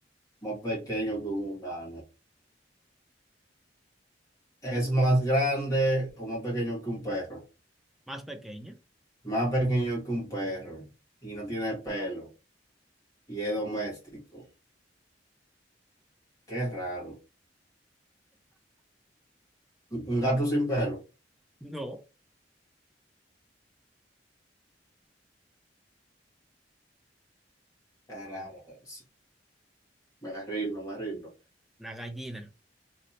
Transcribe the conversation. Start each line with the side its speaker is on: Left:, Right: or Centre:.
Left: más pequeño que un humano? ¿Es más grande o más pequeño que un perro?
Centre: Más pequeña.
Left: Más pequeño que un perro y no tiene pelo y es doméstico. Qué raro. ¿Un un gato sin pelo?
Centre: No,
Left: Es raro eso. Me rindo, me rindo.
Centre: la gallina.